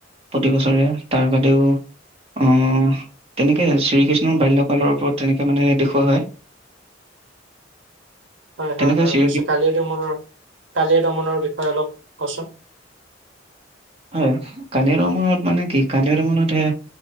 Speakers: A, on the right; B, on the right.
A: প্ৰতিবছৰে। তাৰ বাদেও অ', তেনেকে শ্ৰীকৃষ্ণৰ বাল্যকালৰ ওপৰত তেনেকে মানে দেখুওৱা হয়।
B: হয়
A: তেনেকে
B: হয় হয়,
A: শ্ৰী
B: বুজিছোঁ। কালিয় দমনৰ, কালিয় দমনৰ বিষয় অলপ কচোন।
A: হয়, কালিয় দমনত মানে কি, কালিয় দমনতহে